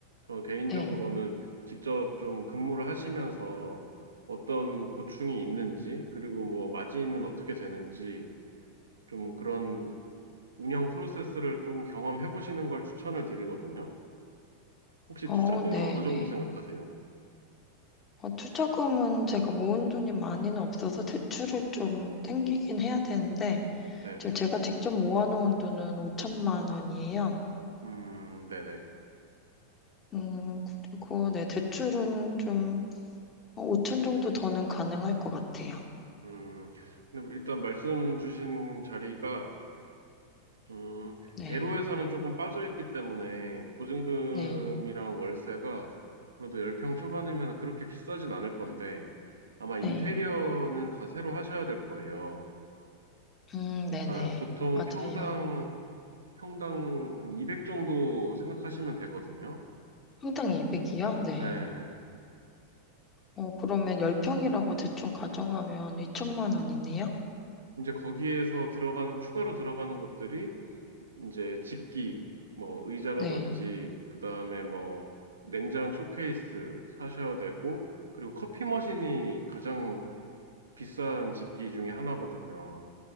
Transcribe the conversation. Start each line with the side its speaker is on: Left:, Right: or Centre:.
Right: 저 개인적으로는
Left: 네.
Right: 직접 좀 근무를 하시면서 어떤 고충이 있는지 그리고 뭐 마진은 어떻게 되는지 좀 그런 운영 프로세스를 좀 경험해 보시는 걸 추천을 드리거든요. 혹시
Left: 어,
Right: 투자금은
Left: 네,
Right: 어느 정도
Left: 네.
Right: 생각하세요?
Left: 어, 투자금은 제가 모은 돈이 많이는
Right: 음.
Left: 없어서 대출을 좀 땡기긴 해야 되는데,
Right: 네네.
Left: 지금 제가 직접 모아놓은 돈은 5천만 원이에요.
Right: 음, 네네.
Left: 음, 그리고 네, 대출은 좀 5천 정도 더는 가능할 것 같아요.
Right: 음, 근데 뭐 일단 말씀 주신 자리가 음,
Left: 네,
Right: 대로에서는 조금 빠져있기 때문에 보증금이랑
Left: 네,
Right: 월세가 그래도 10평 초반이면 그렇게 비싸진 않을 건데 아마 인테리어는
Left: 네.
Right: 다 새로 하셔야 될 거예요.
Left: 음, 네네.
Right: 아, 보통
Left: 맞아요.
Right: 평당, 평당 한 200 정도 생각하시면 되거든요.
Left: 평당 200이요? 네.
Right: 예.
Left: 어, 그러면 10평이라고 대충 가정하면 2천만 원이네요?
Right: 이제 거기에서 들어가는, 추가로 들어가는 것들이 이제 집기, 뭐 의자라든지,
Left: 네.
Right: 그 다음에 뭐 냉장 쇼케이스 사셔야 되고, 그리고 커피 머신이 가장 비싼 집기 중에 하나거든요.